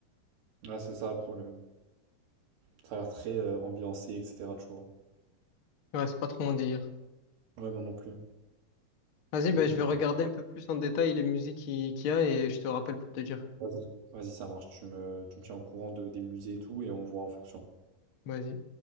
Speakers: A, on the right (about 80°); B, on the left (about 70°).
A: là c'est ça le problème. Ça a l'air très euh, ambiancé, etc. Tu vois.
B: Ouais, c'est pas trop mon délire.
A: Ouais, moi non plus.
B: Vas-y,
A: Moi
B: bah,
A: non
B: je
A: plus.
B: vais regarder un peu plus en détail les musiques qui- qu'il y a et je te rappelle pour te dire.
A: Vas-y, vas-y, ça marche. Tu me, tu me tiens au courant de, des musées et tout, et on voit en fonction.
B: Vas-y.